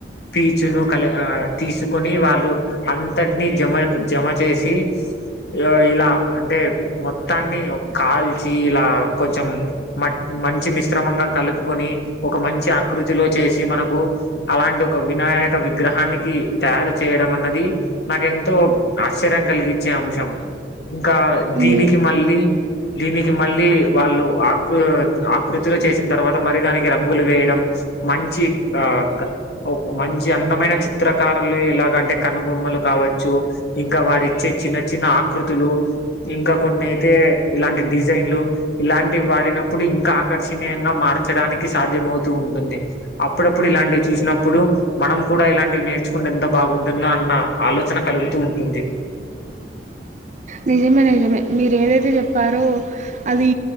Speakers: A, on the left; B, on the right.
A: పీచును కల ఆ తీసుకొని వాళ్ళు అంతట్ని జమ జమ చేసి ఇగ ఇలా అంటే మొత్తాన్ని కాల్చి ఇలా కొంచెం మ మంచి మిశ్రమంగా కలుపుకొని ఒక మంచి ఆకృతిలో చేసి మనకు అలాంటి ఒక వినాయక విగ్రహానికి తయారు చేయడం అన్నది నాకెంతో ఆశ్చర్యం కలిగించే అంశం ఇంకా
B: హ్మ్.
A: దీనికి మళ్ళీ దీనికి మళ్ళీ వాళ్ళు ఆకృ ఆకృతిలో చేసిన తర్వాత మరిదానికి రంగులు వేయడం మంచి ఆ ఒక మంచి అందమైన చి త్రకారులే ఇలాగంటే కనుబొమ్మలు కావచ్చు ఇంకా వారి ఇచ్చే చిన్న చిన్న ఆకృతులు ఇంకా కొన్నిఅయితే ఇలాంటి డిజైన్లు ఇలాంటివి వాడినప్పుడు ఇంకా ఆకర్షణీయంగా మార్చడానికి సాధ్యమవుతూ ఉంటుంది అప్పుడప్పుడు ఇలాంటివి చూసినప్పుడు మనం కూడా ఇలాంటివి నేర్చుకుంటే ఎంత బాగుంటుందో అన్న ఆలోచన కలుగుతూ ఉంటుంది
B: నిజమే నిజమే మీరు ఏదైతే చెప్పారో అది